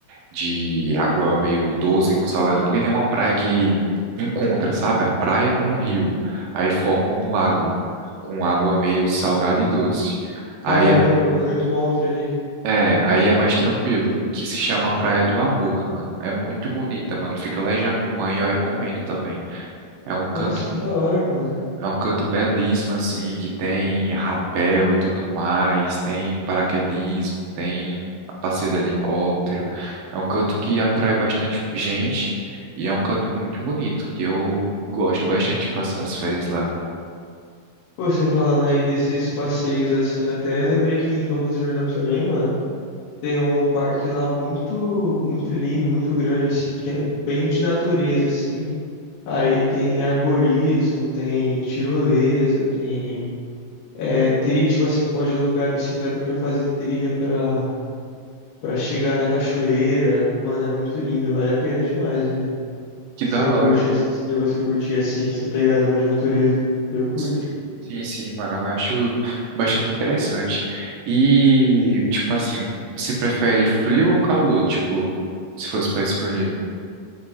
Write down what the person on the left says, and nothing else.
Caramba,
mano, eu encontro ali.
Nossa,
que da hora, mano.
Pô, Você falando aí desses passeios assim, eu até lembrei que em Campos do Jordão também, mano, tem um parque lá muito, muito lindo, muito grande, assim, que é bem de natureza, assim. Aí tem arborismo, tem tirolesa, tem é, trilha, tipo assim, pode alugar a bicicleta pra fazer trilha pra para chegar na cachoeira. Mano, é muito lindo, vale a pena demais, velho.
Você
curte,
esse- se você curtir assim essa pegada mais natureza, eu curto.